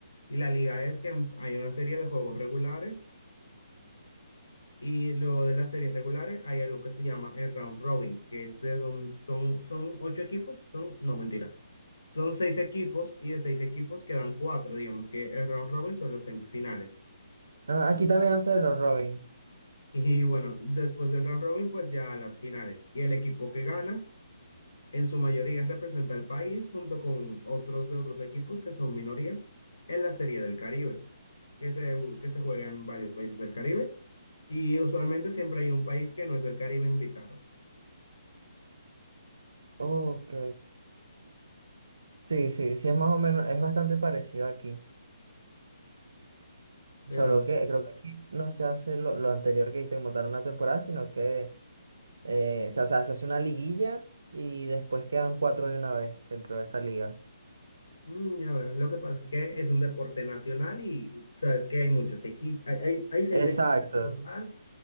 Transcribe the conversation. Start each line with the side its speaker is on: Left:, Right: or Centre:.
Left: Y la liga es que em- hay una serie de juegos regulares Y luego de las series regulares hay algo que se llama el round robin, que es de donde son, son ocho equipos, son, no, mentira, son seis equipos y de seis equipos quedan cuatro, digamos que el round robin son las semifinales.
Right: Ah, aquí también hace los Robin.
Left: Y bueno, después del round robin, pues ya las finales. Y el equipo que gana, en su mayoría representa al país junto con otros de otros equipos que son minoría en la Serie del Caribe, que se, que se juega en varios países del Caribe. Y usualmente siempre hay un país que no es del Caribe invitado.
Right: Ok. Sí, sí, sí, es más o menos, es bastante parecido aquí.
Left: Pero
Right: Solo que creo que aquí no se hace lo, lo anterior que hiciste como tal una temporada, sino que Eh, o sea, o sea, se hace una liguilla y después quedan cuatro de una vez dentro de esa liga.
Left: mm, ya veo, lo que pasa es que es un deporte nacional y sabes que hay muchos equipos, hay, hay, hay seis
Right: Exacto.
Left: equipos en total